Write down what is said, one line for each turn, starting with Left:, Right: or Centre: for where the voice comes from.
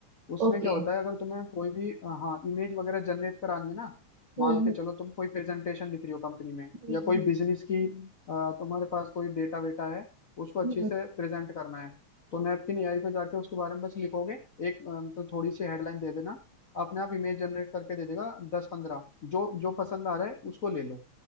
Left: उसमें
Right: ओके
Left: क्या होता है अगर तुम्हें कोई भी अ, हाँ इमेज वगैरह जनरेट करानी है ना मान
Right: हम्म
Left: के चलो तुम कोई प्रेजेंटेशन लिख रही हो कंपनी में
Right: हम्म
Left: या कोई
Right: हम्म
Left: बिजनेस की अ, तुम्हारे पास कोई डेटा वेटा है उसको अच्छे
Right: हम्म,
Left: से प्रेजेंट करना है तो नैपकिन एआई पे जाके उसके बारे में बस लिखोगे एक अ, मतलब थोड़ी सी हेडलाइन दे देना अपने आप इमेज जनरेट करके दे देगा दस पंद्रह जो जो पसंद आ रहा है उसको ले लो